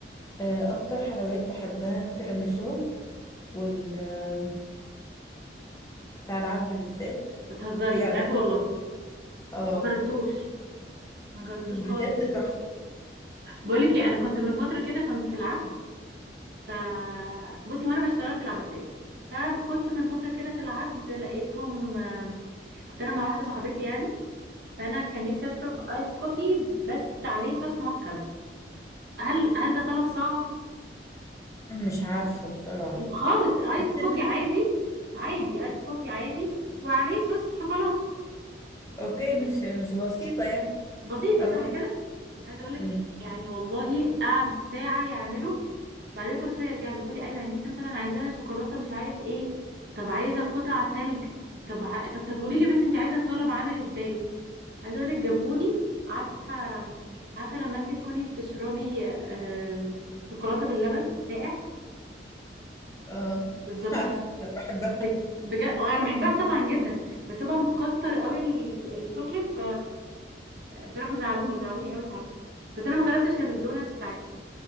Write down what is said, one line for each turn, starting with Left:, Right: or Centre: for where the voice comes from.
Left: آه اكتر حلويات بحبها التيراميسو والدونت بتاع العبد بالذات
Right: بتهزري
Left: في
Right: بجد
Left: علاقة
Right: والله
Left: اه
Right: ما جربتوش ما جربتوش
Left: بجد
Right: خالص
Left: تحفة
Right: بقول لك ايه انا كنت من فتره كده كنت في العبد ف بصي هو انا بشتغل في العباسيه فكنت من فتره كده في العبد لقيتهم آم، كنت انا مع واحده صاحبتي يعني فانا كان نفسي اشرب ايس كوفي بس عليه صوص موكا بس هل هل ده طلب صعب
Left: مش عارفة بصراحة
Right: خالص ايس
Left: <laughs>
Right: كوفي عادي عادي ايس كوفي عادي وعليه صوص شوكولاته
Left: اوكي مش مش بسيطة يعني
Right: بسيطه
Left: فاهمة
Right: صح كده عايزه اقول لك
Left: أمم.
Right: يعني والله قعد ساعه يعمله بعدين كل شويه يرجع لي بيقول لي ايوه يعني انت مثلا عايزاها شوكولاته مش عارف ايه طب عايزه قطع تلج طب ع... طب طب قولي لي بس انت عايزه الطلب عامل ازاي عايزه اقول لك جابهولي عارفه عارفه لما انت تكوني بتشربي آم، شوكولاته باللبن ساقع
Left: اه
Right: بالظبط
Left: <laughs> عارفة انا بحبها
Right: بج- بجد انا بحبها طبعا جدا بس هو مكتر قوي ال- الشوكليت فبصراحه مزعلوني زعلوني قوي ساعتها بس انا ما جربتش الدوناتس